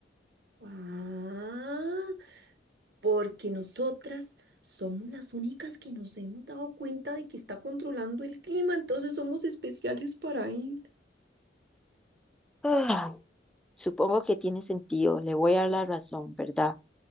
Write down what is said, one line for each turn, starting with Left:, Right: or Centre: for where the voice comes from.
Right: Ah, porque nosotras somos las únicas que nos hemos dado cuenta de que está controlando el clima, entonces somos especiales para él.
Centre: Ah, supongo que tiene sentido, le voy a dar la razón, ¿verdad?